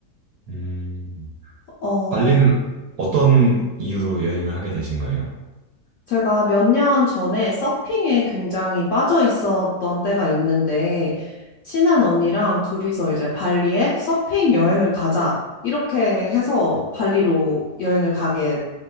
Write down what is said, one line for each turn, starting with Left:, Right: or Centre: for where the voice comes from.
Right: 음.
Left: 어,
Right: 발리는 어떤 이유로 여행을 하게 되신 거예요?
Left: 제가 몇 년 전에 서핑에 굉장히 빠져 있었던 때가 있는데, 친한 언니랑 둘이서 이제 발리에 서핑 여행을 가자. 이렇게 해서 발리로 여행을 가게